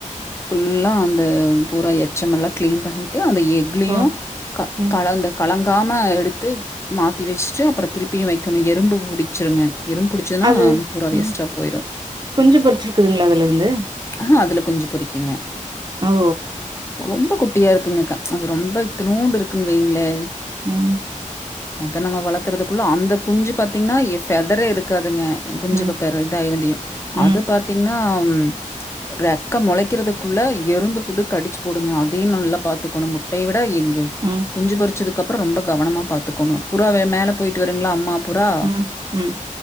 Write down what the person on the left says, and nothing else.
ஃபுல்லாக அந்த பூரா எச்எம் எல்லாம் ஆ கிளீன் பண்ணி ஏ அந்த எக்லுலயும்
கால அந்த கலங்காம எடுத்து மாத்தி வச்சுட்டு அப்பறம் திருப்பியும் வைக்கிணும் எறும்பு புடிச்சிருங்க எறும்பு புடிச்சதுன்னா
பூரா
வேஸ்ட்டா போயிரும்.
ஆ அதுல குஞ்சி பொரிக்குங்க
ரொம்ப குட்டியா இருக்குங்கக்கா அது ரொம்ப இத்தனூண்டு இருக்குன்னு வைங்களே
அத நம்ம வளர்த்துறதுக்குள்ள அந்த குஞ்சு பாத்தீங்கன்னா ஃபெதரே இருக்காதுங்க குஞ்சிக
பெற இதா இருந்தியும்
அது பாத்தீங்கன்னா ஆம் ரெக்க மொளைக்கிறதுக்குள்ள எறும்பு புட்டு கடிச்சு பூடுங்க அதையும் நல்லா பாத்து குணு முட்டை விட எங்கதோ
குஞ்சு பொறிச்சிது அதுக்கப்றோம் ரொம்ப கவனமா பாத்துக்கணும் புறாவ மேல போயிட்டு வருங்களா அம்மா புறா அப்